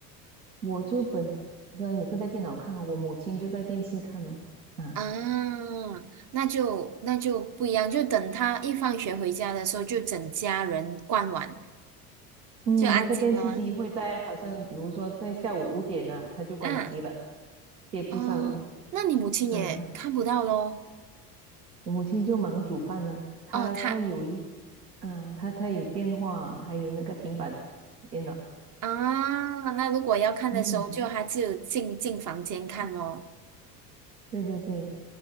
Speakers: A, on the right; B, on the right.
A: 我就本身也是在电脑看哦，我母亲就在电视看哦。啊。
B: 啊？那就那就不一样，就等他一放学回家的时候，就整家人关完，
A: 嗯，
B: 就安静了吗？
A: 那个电视机会在好像比如说在下午五点啊，它就关机了，
B: 嗯。
A: 接不上了。
B: 哦，那你母亲也看不到咯。
A: 嗯，我母亲就忙煮饭了，她她有一，
B: 哦，她
A: 嗯、她她有电话，还有那个平板电脑。
B: 啊，那如果要看的时候，
A: 嗯，
B: 就她只有进进房间看咯。
A: 哦，对对对，